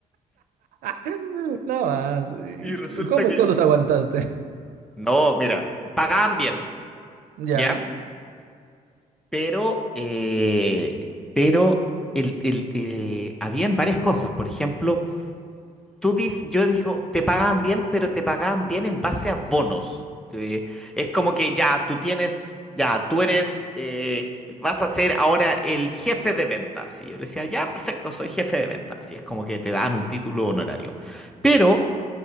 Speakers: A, on the right; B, in the centre.
A: <laughs> Nada más. ¿Y
B: Y resulta
A: ¿Cómo
B: que,
A: es que los aguantaste? <laughs>
B: no, mira, pagaban bien,
A: Ya.
B: ¿ya? Pero, eh, pero el- el, eh, habían varias cosas. Por ejemplo, tú dices, yo digo, te pagaban bien, pero te pagaban bien en base a bonos. Eh, es como que ya tú tienes, ya tú eres, eh, vas a ser ahora el jefe de ventas. Y yo le decía, ya, perfecto, soy jefe de ventas. Y es como que te dan un título honorario. Pero